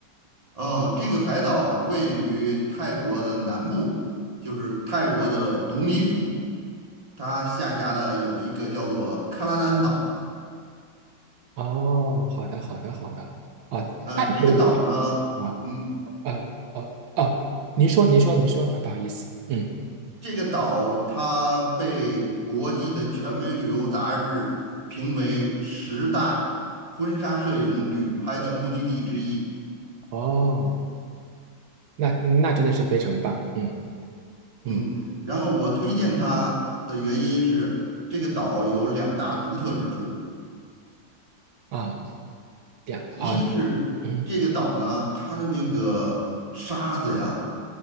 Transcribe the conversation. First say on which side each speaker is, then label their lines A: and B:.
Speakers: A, on the right; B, on the right.
A: 哦，这个海岛位于泰国的南部，就是泰国的董里府，它下辖的有一个叫做克拉丹岛。
B: 哦，好的，好的，好的。哦，
A: 呃，
B: 泰国
A: 这个岛呢。
B: 我啊，
A: 嗯。
B: 呃呃哦，您说，您说，您说，啊，不好意思，嗯，
A: 这个岛它被国际的权威旅游杂志评为十大婚纱摄影旅拍的目的地之一。
B: 哦，那那真的是非常棒，嗯嗯
A: 嗯，然后我推荐它的原因是，这个岛有两大独特之处，
B: 啊，对啊，
A: 一个是这个岛呢，
B: 啊嗯
A: 它的那个沙子呀，